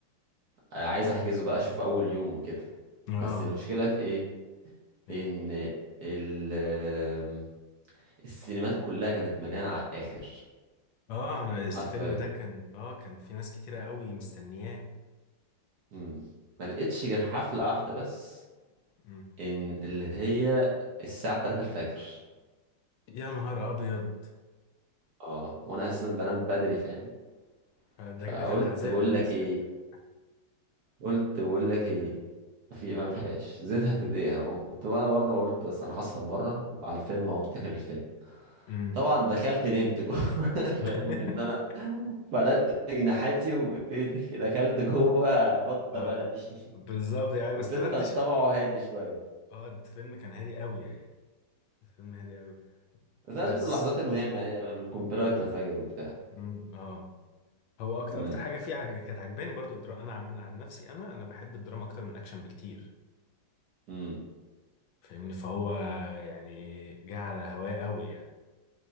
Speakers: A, on the right; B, on the left.
A: عايز احجزه بقى اشوف اول يوم وكده
B: اه
A: بس المشكله في ايه
B: ايه
A: ان ال آم، السينمات كلها كانت مليانه على الاخر
B: اه انا الفيلم
A: حرفيا
B: ده كان اه كان في ناس كتيرة قوي مستنياه
A: امم ما لقيتش غير حفله واحده بس
B: مم.
A: ان اللي هي الساعه 3 الفجر
B: يا نهار ابيض
A: اه وانا اساسا بنام بدري فاهم
B: آه، ده
A: فقلت
B: ده كان عذاب
A: بقول
B: بالنسبة
A: لك ايه
B: لك
A: قلت بقول لك ايه ما في ما فيهاش زيتها في دقيقه قمت وانا بره قلت بس انا هسهر بره وعلى الفيلم اقوم داخل الفيلم
B: امم
A: طبعا دخلت نمت جوه <laughs>
B: <laughs>
A: فاهم ان انا فردت جناحاتي وايه دخلت جوه بطه
B: اه
A: بلدي
B: بالظبط
A: <laughs>
B: يعني ما
A: والفيلم
B: استفدتش
A: كان طبعه هادي شويه
B: اه الفيلم كان هادي قوي يعني الفيلم هادي قوي
A: بس انا
B: بس
A: شفت اللحظات المهمه يعني القنبله وهي بتنفجر وبتاع
B: مم، اه هو اكتر
A: امم
B: اكتر حاجه فيه عج... كانت عجباني برضو الدراما انا عن عن نفسي انا انا بحب الدراما اكتر من الاكشن بكتير
A: امم
B: فاهمني فهو يعني جه على هواه قوي يعني